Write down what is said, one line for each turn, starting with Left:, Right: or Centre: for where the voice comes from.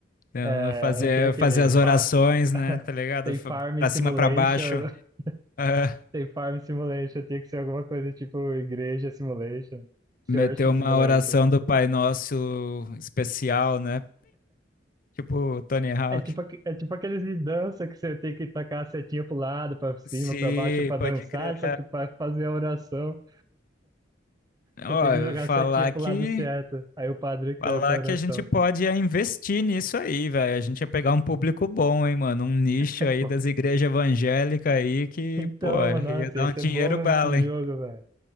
Left: Então,
Right: é,
Left: fazer,
Right: eu tenho aquele
Left: fazer as
Right: far,
Left: orações, né?
Right: <laughs>
Left: Tá ligado?
Right: tem
Left: Fa-
Right: Farm
Left: Pra
Right: Simulation,
Left: cima, pra baixo. Ah,
Right: <laughs> tem Farm Simulation, tem que ser alguma coisa tipo Igreja Simulation, Church
Left: meter uma
Right: Simulation.
Left: oração do Pai Nosso especial, né? Tipo o Tony Hawk.
Right: É tipo, aque- é tipo aqueles de dança que você tem que tacar a setinha pro lado, pra cima,
Left: Sim,
Right: pra baixo, pra dançar,
Left: pode crer.
Right: só que pra fazer a oração.
Left: Ó,
Right: Você tem que
Left: eu
Right: jogar
Left: falar
Right: a setinha pro
Left: que
Right: lado certo. Aí o padre canta
Left: Falar
Right: a oração.
Left: que a gente pode é, investir nisso aí, velho. A gente ia pegar um público bom, hein, mano? Um nicho
Right: <laughs>
Left: aí das igrejas evangélicas aí que,
Right: Então,
Left: pô, ia
Right: mano, nossa,
Left: dar
Right: ia
Left: um
Right: ser
Left: dinheiro
Right: bom mesmo
Left: bala,
Right: esse
Left: hein?
Right: jogo, velho.